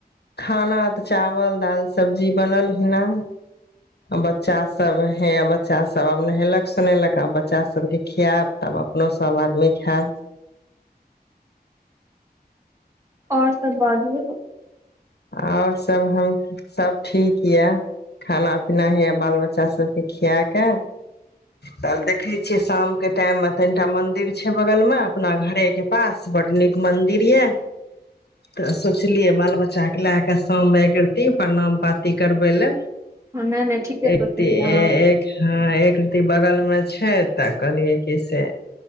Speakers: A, on the left; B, on the right.
A: खाना तऽ चावल दाल सब्जी बनल हना बच्चासभ हैए बच्चासभ आब नहेलक सुोनेलक आ बच्चा सभके खयब तब अपनो सभ आदमी खायब
B: आओर सब बाजू
A: और सब हम सब ठीक ये खाना पीना हे बाल बच्चा सबके खियाके तब देखे छियै शाम के टाइम मे तनिटा मंदिर छै बगल मे अपना घरे के पास बड नीक मंदिर ये तऽ सोचलियै बाल बच्चा के लए कऽ शाम एकती प्रणाम पाात करबे लए
B: नहि नहि ठीके सोचलियै
A: एक ती एक
B: अहाँ
A: ह एक ती बगालमे छै तऽ कहलियै क से